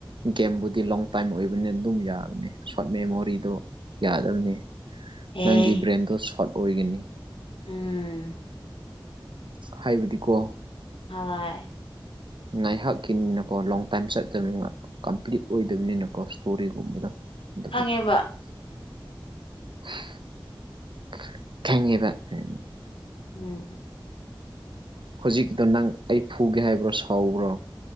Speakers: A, on the right (about 70°); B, on the left (about 85°).
A: ꯒꯦꯝꯕꯨꯗꯤ ꯂꯣꯡ ꯇꯥꯏꯝ ꯑꯣꯏꯕꯅꯤꯅ ꯑꯗꯨꯝ ꯌꯥꯕꯅꯦ ꯁꯣꯔꯠ ꯃꯦꯃꯣꯔꯤꯗꯣ ꯌꯥꯗꯕꯅꯤ꯫
B: ꯑꯦ
A: ꯅꯪꯒꯤ ꯕ꯭ꯔꯦꯟꯗꯣ ꯁꯣꯔꯠ ꯑꯣꯏꯒꯅꯤ꯫
B: ꯎꯝ꯫
A: ꯍꯥꯏꯕꯗꯤꯀꯣ
B: ꯍꯥꯏ꯫
A: ꯉꯥꯏꯍꯥꯛꯀꯤꯅꯤꯅꯀꯣ ꯂꯣꯡ ꯇꯥꯏꯝ ꯆꯠꯇꯕꯅꯤꯅ ꯀꯝꯄ꯭ꯂꯤꯠ ꯑꯣꯏꯗꯕꯅꯤꯅꯀꯣ ꯁ꯭ꯇꯣꯔꯤꯒꯨꯝꯕꯗꯣ꯫ <unintelligible>
B: ꯈꯪꯉꯦꯕ
A: <inaudible>
B: ꯎꯝ꯫
A: ꯍꯧꯖꯤꯛꯗꯣ ꯅꯪ ꯑꯩ ꯐꯨꯒꯦ ꯍꯥꯏꯕ꯭ꯔꯣ ꯁꯥꯎꯕ꯭ꯔꯣ꯫